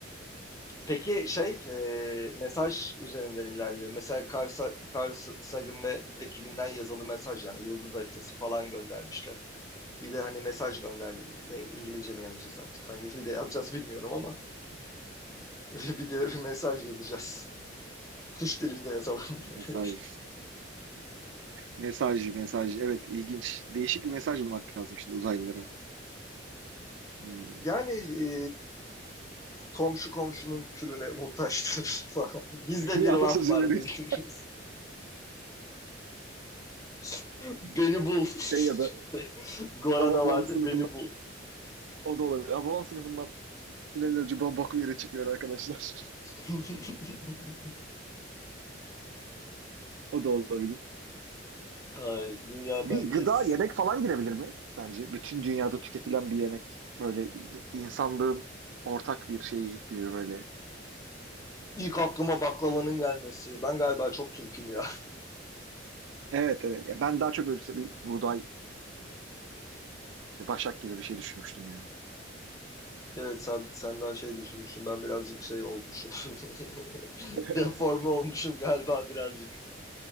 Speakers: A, on the left; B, on the right.
A: Peki şey e, mesaj üzerinden ilerliyor. Mesela Carl, Sa- Carl Sagan ve ekibinden yazılı mesaj yani yıldız haritası falan göndermişler. Bir de hani mesaj gönderdi. Ne, İngilizce mi yazacağız artık? Hangi dilde yazacağız bilmiyorum ama <laughs> bir de bir mesaj yazacağız. Kuş dilinde yazalım.
B: Mesaj,
A: <laughs>
B: mesaj, mesaj. Evet ilginç. Değişik bir mesaj bulmak lazım şimdi uzaylılara. Hmm.
A: Yani e, komşu komşunun külüne muhtaçtır <laughs> falan. Bizde
B: <laughs> Bir
A: bir laf
B: atasözüyle
A: var
B: değil.
A: bildiğiniz. <laughs> Beni bul.
B: Şey ya da
A: <laughs> Gora'da
B: Hababam
A: vardı
B: sınıfından
A: beni bul.
B: o da olabilir. Hababam sınıfından Tünelin ucu bok yere çıkıyor arkadaşlar.
A: <laughs>
B: <laughs> o da olabilir.
A: Ay dünya
B: Bir
A: merkez.
B: gıda, yemek falan girebilir mi sence? Bütün dünyada tüketilen bir yemek. Böyle insanlığın ortak bir şeyi gibi böyle
A: İlk aklıma baklavanın gelmesi. Ben galiba çok Türk'üm ya. <laughs>
B: Evet evet. Ya ben daha çok böyle işte bir buğday, işte başak gibi bir şey düşünmüştüm yani.
A: Evet sen, sen daha şey düşünmüşsün. Ben birazcık şey olmuşum. <laughs>
B: <laughs>
A: Deforme olmuşum galiba birazcık.